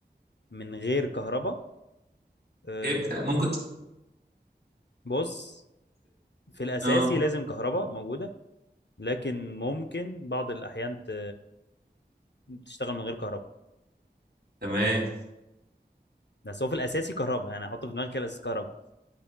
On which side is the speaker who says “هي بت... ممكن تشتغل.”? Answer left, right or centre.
Right